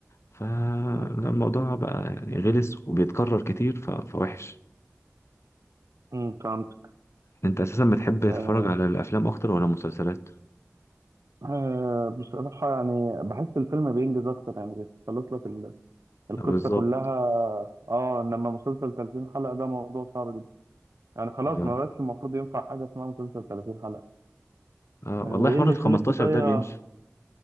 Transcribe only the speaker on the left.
فالموضوع
بقى يعني غلس وبيتكرر كتير ف- فوحش
انت اساسا بتحب
تتفرج على الافلام اكتر ولا المسلسلات
بالظبط
اه
اه
والله
حوار
ال
15
ده بيمشي